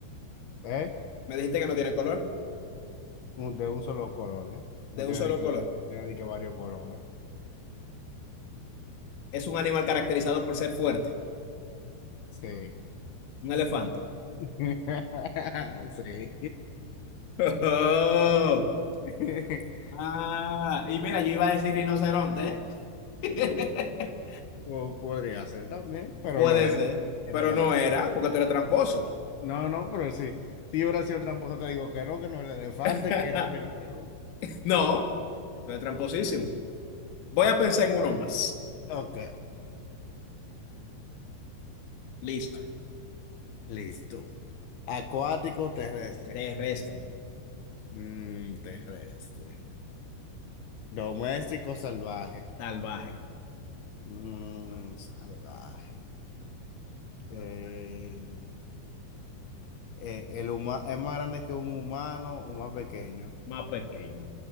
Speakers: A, on the left; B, on the left.
A: ¿Eh?
B: Me dijiste que no tiene color.
A: Un- De un solo color, ¿eh? No
B: De
A: tiene
B: un solo
A: de que,
B: color.
A: no tiene de que varios colores.
B: Es un animal caracterizado por ser fuerte.
A: Sí.
B: Un elefante.
A: <laughs> Sí.
B: <laughs> Oh.
A: <laughs>
B: Ah, y mira, yo iba a decir rinoceronte, ¿eh?
A: Po- Podría ser también,
B: <laughs>
A: pero
B: Puede
A: no, era,
B: ser,
A: era
B: pero
A: el elefante.
B: no era, porque tú eres tramposo.
A: No, no, pero sí. Si yo hubiera sido tramposo, te digo que no, que no el elefante,
B: <laughs>
A: que era primero.
B: No, tú eres tramposísimo. Voy a pensar en uno más.
A: Ok,
B: Listo.
A: listo. Acuático, terrestre.
B: Terrestre,
A: Mm, terrestre. Doméstico, salvaje.
B: salvaje,
A: Mm, salvaje. Eh, eh, el huma- es más grande que un humano o más pequeño.
B: más pequeño.